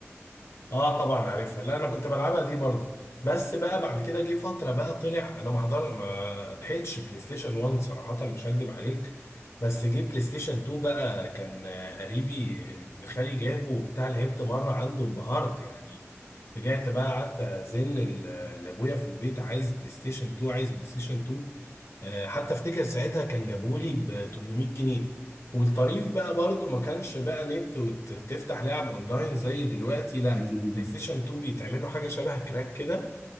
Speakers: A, on the left; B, on the left.
A: اه طبعا عارفها لا انا كنت بلعبها دي برضو بس بقى بعد كده جه فتره بقى طلع انا ما حضر ما لحقتش بلاي ستيشن 1 صراحه مش هكدب عليك بس جه بلاي ستيشن 2 بقى كان آه، قريبي آه، ابن خالي جابه وبتاع لعبت مره عنده انبهرت يعني رجعت بقى قعدت ازن ال- لابويا في البيت عايز بلاي ستيشن 2 عايز بلاي ستيشن 2 آه، حتى افتكر ساعتها كان جابولي ب 800 جنيه والطريف بقى برضو ما كانش بقى نت وتفتح لعب اونلاين زي دلوقتي لا
B: كانت
A: كان
B: دي فيديو
A: بلاي ستيشن 2 بيتعمل له حاجه شبه كراك كده